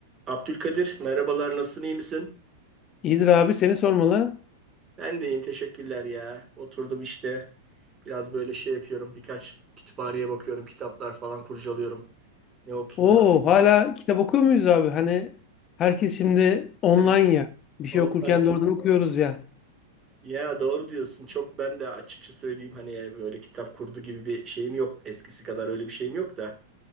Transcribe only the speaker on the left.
İyidir abi seni sormalı.
Oo
hala
kitap okuyor muyuz abi? Hani herkes şimdi online
ya. Bir şey
okurken doğrudan okuyoruz ya.